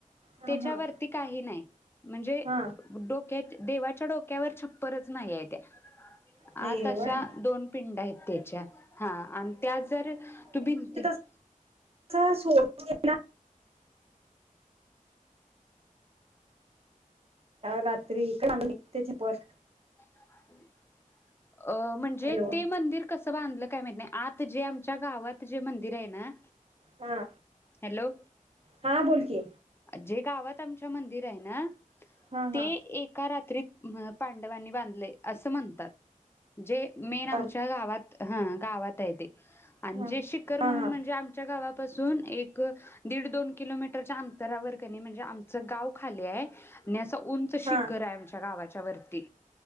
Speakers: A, on the right; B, on the left.
A: हा
B: तेच्यावरती
A: हा
B: काही नाही, म्हणजे
A: हा
B: डोक्यात देवाच्या डोक्यावर छप्परच नाहीआय त्या.
A: नाही
B: आत अशा
A: व्हय
B: दोन पिंड आहेत. तेच्या हा आणि त्या जर तू भिंतीत्
A: अस सोडून् रात्री इकडं आणून निघ तेचे पर
B: <inaudible> अ् म्हणजे
A: हॅलो
B: ते मंदिर कसं बांधलं? काय माहित नाही आत जे आमच्या गावात जे मंदिर आहे ना
A: हं
B: हॅलो
A: हां बोल की
B: जे गावात आमच्या मंदिर आहे ना
A: हा हा
B: ते एका रात्रीत अ पांडवांनी बांधलंय. असं म्हणतात. जे मेन आमच्या
A: बर
B: गावात हं गावात हाय ते आणि
A: हा
B: जे शिखर
A: हा
B: म्हणून म्हणजे आमच्या गावाव् पसून एक दिड, दोन किलोमीटरच्या अंत तरावर म्हणजे कनी आमचं गाव खाली हाय अस् उंच
A: हा
B: शिखर
A: हा
B: हाय आमच्या गावाच्या वर ती